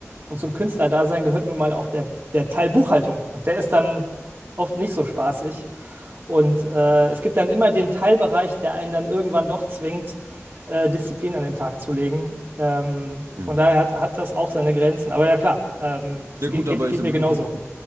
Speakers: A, on the right; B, on the right.
A: Und zum Künstlerdasein gehört nun mal auch der, der Teil Buchhaltung. Und der ist dann oft nicht so spaßig. Und äh, es gibt dann immer den Teilbereich, der einen dann irgendwann doch zwingt, äh, Disziplin an den Tag zu legen. Ähm,
B: Hm.
A: von daher hat, hat das auch seine Grenzen. Aber ja, klar, ähm, es
B: Ja
A: ge-
B: gut,
A: geht,
B: aber
A: geht
B: ich w-
A: mir
B: w-
A: genauso.